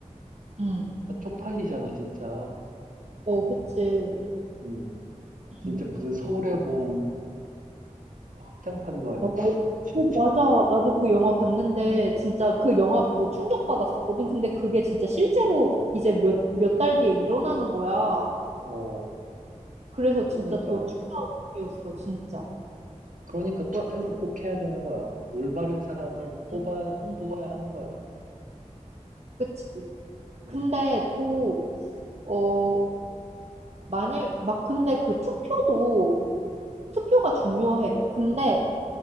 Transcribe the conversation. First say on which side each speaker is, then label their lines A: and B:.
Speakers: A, on the right; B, on the right.
A: 응.
B: 쪽팔리잖아, 진짜.
A: 어, 그치.
B: 음, 진짜
A: 응.
B: 무슨 서울의 봄 확장판도 아니고,
A: 어, 어,
B: <laughs>
A: 어,
B: 진짜.
A: 맞아. 나도 그 영화 봤는데, 진짜 그 영화 보고 충격받았었거든. 근데 그게 진짜 실제로 이제 몇, 몇 달 뒤에 일어나는 거야.
B: 어,
A: 그래서
B: 그러니까.
A: 진짜 더 충격이었어, 진짜.
B: 그러니까 투표를
A: 어,
B: 꼭 해야 되는 거야. 올바른 사람을 뽑아,
A: 응, 응,
B: 뽑아야 하는 거야.
A: 그치. 근데
B: 응.
A: 또, 어, 만약, 막 근데 그 투표도, 투표가 중요해. 근데
B: 예.